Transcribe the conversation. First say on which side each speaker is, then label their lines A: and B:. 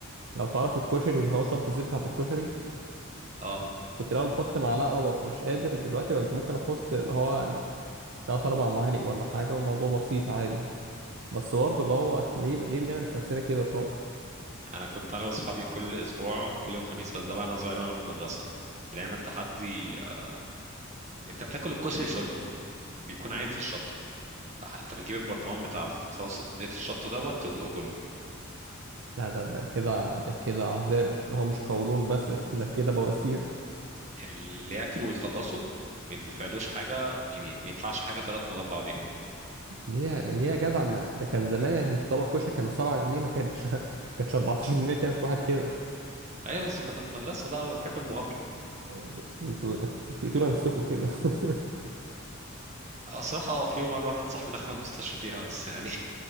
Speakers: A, on the right; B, on the right.
A: لو تعرف الكشري اللي هو شطه زي بتاعه الكشري
B: اه
A: كنت الاول بحط معلقه وببقى مش قادر دلوقتي بقى ممكن احط اللي هو يعني تلات اربع معالق ولا حاجه والموضوع بسيط عادي بس برضه اللي هو <laughs> ليه ليه بنعمل في نفسنا كده طب
B: انا كنت انا واصحابي كل اسبوع كل يوم خميس بس ده وانا صغير وانا في المدرسه بنعمل تحدي آه، انت بتاكل الكشري شوربه بيكون عايم في الشطه أح- انت بتجيب البرطمان بتاع ز- صوص زيت الشطه دوت تدلقه كله
A: لا ده ده كده ده كده عذاب هو مش قولون بس <laughs> ده كده بواسير
B: اللي ياكله ويخلصه ما يدفعلوش حاجه يعني ما يدفعش حاجه ثلاث مرات بعضيها
A: ليه يا- ليه يا جدع ما ده كان زمان يعني طبق الكشري كان ب 7 جنيه ما كانتش <laughs> ما كانتش 14 جنيه تعمل في واحد كده
B: ايوه بس كنا في مدرسه بقى ونحب المغامره
A: ده- انتوا انتوا بتقتلوا نفسكم كده <laughs>
B: آه، صراحة اه في يوم مرة واحد صاحبي دخل المستشفى فيها بس يعني